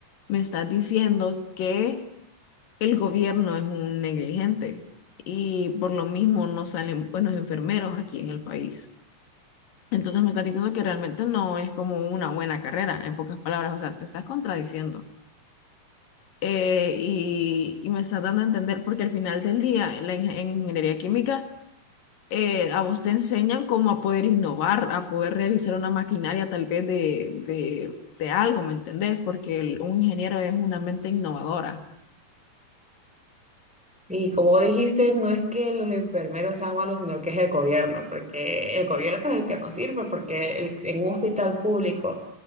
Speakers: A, on the left; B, in the centre.
A: me estás diciendo que el gobierno es un negligente y por lo mismo no salen buenos enfermeros aquí en el país. Entonces me estás diciendo que realmente no es como una buena carrera, en pocas palabras, o sea, te estás contradiciendo. Eh, y, y me estás dando a entender, porque al final del día, en, la ingen- en ingeniería química, eh, a vos te enseñan cómo a poder innovar, a poder realizar una maquinaria tal vez de, de, de algo, ¿me entendés? Porque el- un ingeniero es una mente innovadora.
B: Y como dijiste, no es que los enfermeros sean malos, sino que es el gobierno, porque el gobierno es el que nos sirve, porque el- en un hospital público,